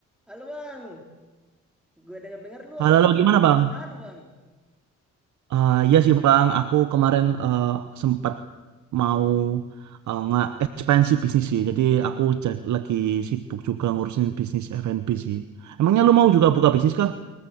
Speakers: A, in the centre; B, on the right (about 70°).
A: Halo bang, gue denger-denger lu
B: Halo,
A: habis
B: halo,
A: buka
B: gimana
A: bisnis
B: Bang?
A: baru bang.
B: Eh ya sih Bang, aku kemarin eh, sempat mau eh, nge- ekspansi bisnis sih. Jadi aku ja- lagi sibuk juga ngurusin bisnis F&B sih. Emangnya lu mau juga buka bisnis kah?